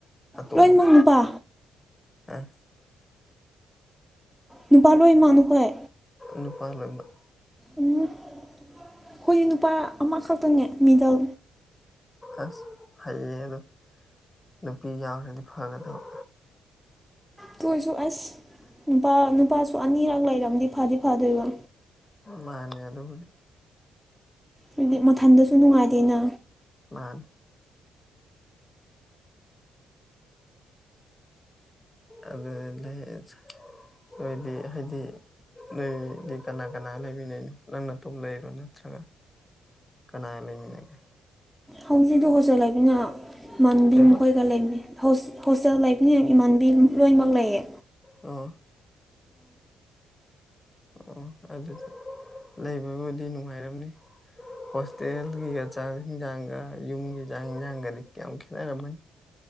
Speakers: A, on the left; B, in the centre.
A: ꯑꯇꯣꯝꯕ
B: ꯂꯣꯏꯃꯛ ꯅꯨꯨꯄꯥ
A: ꯑ
B: ꯅꯨꯄꯥ ꯂꯣꯏꯃꯥ ꯅꯈꯣꯏ
A: ꯅꯨꯄꯥꯥ ꯂꯣꯏꯃꯛ
B: ꯎꯝ ꯑꯩꯈꯣꯏꯗꯤ ꯅꯨꯄꯥ ꯑꯃꯈꯛꯇꯅꯦ ꯃꯤꯗꯜ
A: ꯑꯁ ꯐꯩꯌꯦ ꯑꯗꯣ ꯅꯨꯄꯤ ꯌꯥꯎꯔꯗꯤ ꯐꯒꯗꯕ
B: ꯇꯣꯏꯁꯨ ꯑꯁ ꯅꯨꯄꯥ ꯅꯨꯄꯥꯁꯨ ꯑꯅꯤꯔꯛ ꯂꯩꯔꯝꯗꯤ ꯐꯗꯤ ꯐꯥꯗꯣꯏꯕ
A: ꯃꯥꯟꯅꯦ ꯑꯗꯨꯕꯨꯗꯤ
B: ꯍꯥꯏꯗꯤ ꯃꯊꯟꯗꯁꯨ ꯅꯨꯡꯉꯥꯏꯇꯦꯅ
A: ꯃꯥꯥꯟ ꯑ <unintelligible> ꯅ‌ꯣꯏꯗꯤ ꯍꯥꯏꯗꯤ ꯅꯣꯏꯗꯤ ꯀꯅꯥ ꯀꯅꯥ ꯂꯩꯃꯤꯟꯅꯩꯅꯣ ꯅꯪ ꯅꯇꯣꯝ ꯂꯩꯔꯣ ꯅꯠꯇ꯭ꯔꯒ ꯀꯅꯥꯒ ꯂꯩꯃꯤꯟꯅꯒꯦ
B: ꯍꯧꯖꯤꯛꯗ‌ꯣ ꯍꯣꯁꯇꯦꯜ ꯂꯩꯕꯅꯤꯅ ꯏꯃꯥꯟꯅꯕꯤ
A: ꯀꯩꯕ
B: ꯃꯈꯣꯏꯒ ꯂꯩꯃ‌ꯦ ꯍ‌ꯣꯁ ꯍꯣꯁꯇꯦꯜ ꯂꯩꯕꯅꯤꯅ ꯏꯃꯥꯟꯅꯕꯤ ꯂꯣꯏꯅꯃꯛ ꯂꯩꯌꯦ
A: ꯑꯣ ꯑꯣ ꯑꯗꯨꯗꯤ ꯂꯩꯕꯕꯨꯗꯤ ꯅꯨꯡꯉꯥꯏꯔꯝꯅꯤ ꯍꯣꯁꯇꯦꯜꯒꯤꯒ ꯆꯥꯛ ꯍꯤꯟꯖꯥꯡꯒ ꯌꯨꯝꯒꯤ ꯆꯥꯛ ꯍꯤꯟꯁꯥꯡꯒꯗꯤ ꯀꯌꯥꯝ ꯈꯦꯠꯅꯔꯝꯃꯅꯤ